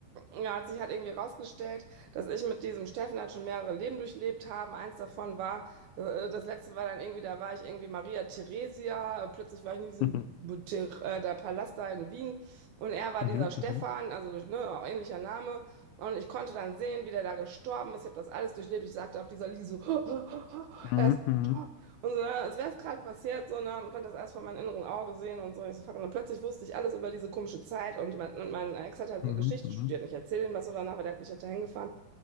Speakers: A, on the right; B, on the left.
A: ähm, ja, hat sich halt irgendwie rausgestellt, dass ich mit diesem Steffen halt schon mehrere Leben durchlebt habe. Eins davon war, äh, das letzte war dann irgendwie, da war ich irgendwie Maria Theresia, äh, plötzlich war ich in diesem
B: mhm,
A: Bu- Ter- äh, der Palast da in Wien und er war
B: mhm,
A: dieser Stefan,
B: mhm,
A: also ne, auch ähnlicher Name. Und ich konnte dann sehen, wie der da gestorben ist. Ich habe das alles durchlebt. Ich sagte auf dieser Liege so, <laughs>
B: mhm,
A: er ist
B: mhm,
A: gestorben. Und so, ne, als wäre es gerade passiert, so, ne, und konnte das alles vor meinem inneren Auge sehen und so. Ich so, fuck. Und dann plötzlich wusste ich alles über diese komische Zeit. Und mein, und mein Ex hat halt
B: mhm,
A: Geschichte studiert. Und ich erzähle ihm das so danach, weil der hat mich halt dahin gefahren.